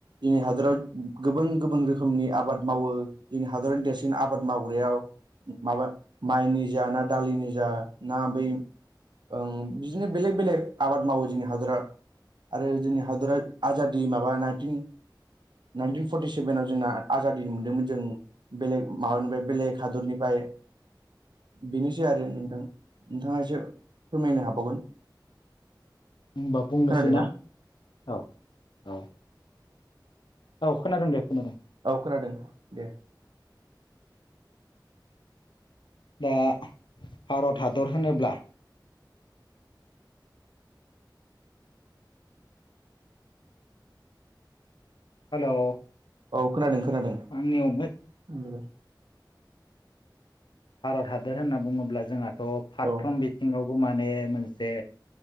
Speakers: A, on the right; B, on the left.
A: जोंनि हादराव गोबां गुबबुन रोखोमनि आबाद मावो। जोंनि हादरनि देरसिन आबाद मावग्रायाव। माबा माइनि जा ना दालिनि जा ना बै ओं बिदिनो बेलेग बेलेग आबाद मावो जोंनि हादरा। आरो जोंनि हादरा आजादि माबा नाइनटिन नाइनटिन फरटि सेभेनाव जोंना आजाद मोनदोंमोन जों बेलेग माबानिफ्राय बेलेग हादरनिफ्राय बेनोसै आरो नोंथां नोंथाङा एसे फोरमायनो हाबावगोन।
B: होनबा बुंनोसै
A: खोनादोंना
B: ना औ औ। औ खोनादों दे खोनादों।
A: औ खोनादों दे।
B: दा भारत हादर होनोब्ला हेलौ।
A: औ खोनादों खोनादों।
B: आंनियावमोन।
A: उम।
B: भारत हादोर होनना बुङोब्ला जोंहाथ' फारफ्रोम
A: औ
B: बिथिंआवबो माने मोनसे